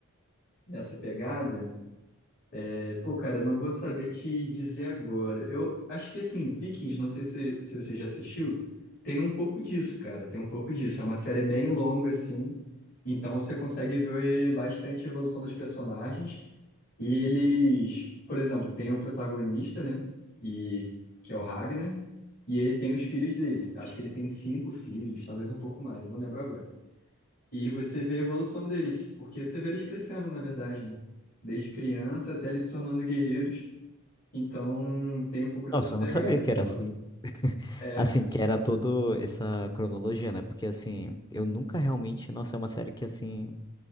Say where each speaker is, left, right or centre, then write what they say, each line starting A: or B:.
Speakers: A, on the left; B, on the left.
A: Nessa pegada. É, pô, cara, não vou saber te dizer agora. Eu acho que, assim, Vikings, não sei se, se você já assistiu, tem um pouco disso, cara, tem um pouco disso. É uma série bem longa, assim, então você consegue ver bastante a evolução dos personagens. E eles, por exemplo, tem o protagonista, né? E que é o Ragnar, e ele tem os filhos dele. Acho que ele tem cinco filhos, talvez um pouco mais, não lembro agora. E você vê a evolução deles, porque você vê eles crescendo, na verdade, né? Desde criança até eles se tornando guerreiros. Então, tem um pouco dessa
B: Nossa,
A: pegada
B: eu não sabia que
A: que você
B: era
A: falou.
B: assim. <laughs>
A: É,
B: Assim, que era toda essa cronologia, né? Porque, assim, eu nunca realmente. Nossa, é uma série que, assim.